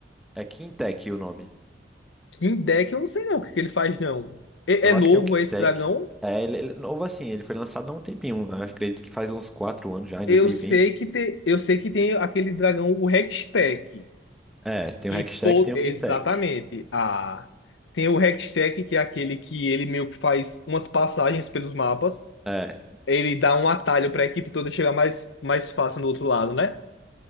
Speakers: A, in the centre; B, on the left.
A: É Quintec o nome.
B: King Deck, eu não sei não o que que ele faz não. É
A: Eu
B: é novo
A: acho que é o Quintec.
B: é esse dragão?
A: É, ele, ele é novo assim, ele foi lançado há um tempinho. Eu acredito que faz uns 4 anos já, em
B: Eu
A: dois mil
B: sei
A: e vinte
B: que tem, eu sei que tem aquele dragão, o Hextech,
A: É, tem
B: que
A: o Hextech,
B: todo,
A: e tem o
B: exatamente.
A: Quintec.
B: Ah, tem o Hextech, que é aquele que ele meio que faz umas passagens pelos mapas.
A: É,
B: Ele dá um atalho para a equipe toda chegar mais mais fácil no outro lado, né?